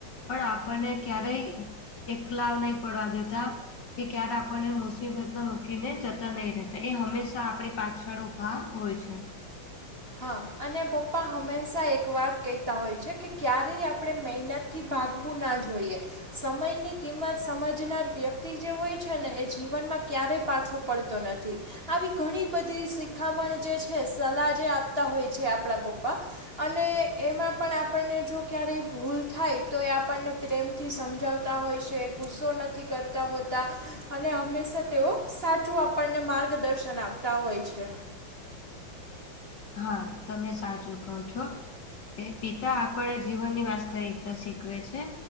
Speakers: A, on the left (about 60°); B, on the right (about 30°).
A: પણ આપણને ક્યારેય એકલા નહી પડવા દેતા કે ક્યારે આપણને મુસીબતમાં મૂકીને જતા નથી રહેતા એ હંમેશા આપણી પાછળ ઊભા હોય છે.
B: હા અને પપ્પા હંમેશા એક વાત કહેતા હોય છે કે ક્યારેય આપણે મહેનત થી ભાગવું ના જોઈએ. સમય ની કિંમત સમજનાર વ્યક્તિ જે હોય છે ને એ જીવનમાં ક્યારે પાછો પડતો નથી આવી ઘણી બધી શિખામણ જે છે સલાહ જે આપ પતા હોય છે આપણા પપ્પા. અને એમાં પણ આપણાથી જો ક્યારેય ભૂલ થાય તો એ આપણને પ્રેમથી સમજાવતા હોય છે ગુસ્સો નથી કરતા હોતા. અને હંમેશા તેઓ સાચું આપણને માર્ગદર્શન આપતા હોય છે.
A: હા તમે સાચું કહો છો. પિતા આપણને જીવનની વાસ્તવિકતા શીખવે છે.